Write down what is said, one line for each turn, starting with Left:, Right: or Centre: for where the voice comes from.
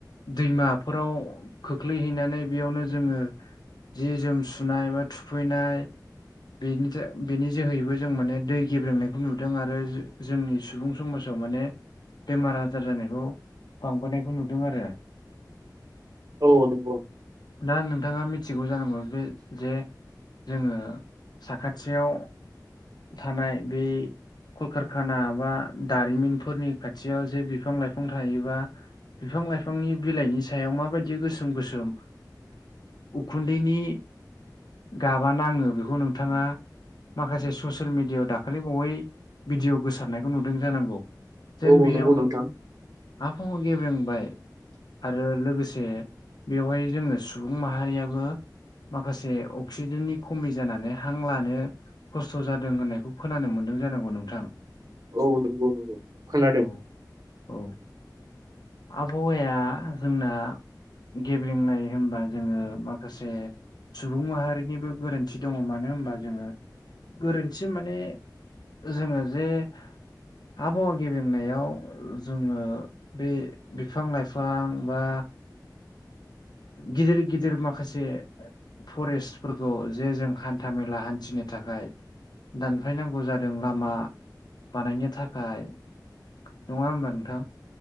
Left: दैमाफोराव खोख्लैहैनानै बेयावनो जोङो जि जोम सुनाय बा थुफैनाय बेनि था बेनि जोहैबो जों माने दै गेब्रेंनायखौ नुदों आरो जो-जोंनि सुबुं समाजाव माने बेमार आजार जानाय खौ बांबोनायखौ नुदों आरो।
Right: औ नंगौ।
Left: दा नोंथाङा मिथिगौ जानांगौ बे जे जोङो साखाथियाव थानाय बे कलकारखाना बा दारिमिनफोरनि खाथियाव जे बिफां लाइ फां थायोबा बिफां लाइफांनि बिलाइनि सायाव माबायदि गोसोम गोसोम उखुन्दैनि गाबा नाङो बेखौ नोंथाङा माखासे ससियेल मिडियाआव दाखालि बावै भिडिय' गोसारनायखौ नुदों जानांगौ। जेन
Right: औ औ
Left: बेयाव
Right: नंगौ नोंथां।
Left: आबहावा गेब्रोंबाय। आरो लोगोसे बेवहाय जोङो सुबुं माहारियाबो माखासे अक्सिजेननि खमि जानानै हां लानो खस्थ' जादों होननायखौ खोनानो मोन्दों जानांगौ नोंथां।
Right: औ नंगौ नंगौ खोनादों।
Left: औ
Right: <inaudible>
Left: औ आबहावाया जोंना गेब्रेंनाय होनबा जोङो माखासे सुबुं माहारिनिबो गोरोन्थि दङ मानो होनबा जोङो गोरोन्थि माने जोङो जे आबहावा गेबेंनायाव जोङो बे बिफां लाइफां बा गिदिर गिदिर माखासे। फरेस्टफोरखौ जे जों हान्थाामेला हान्थिनो थाखाय। दानफाय नांगौ जादों लामा बानायनो थाखाय। नङा होमबा नोंथां।